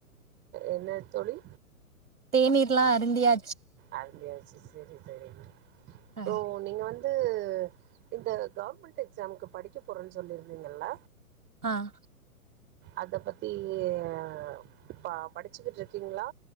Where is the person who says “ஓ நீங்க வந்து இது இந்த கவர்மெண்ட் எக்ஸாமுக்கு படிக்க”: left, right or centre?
Right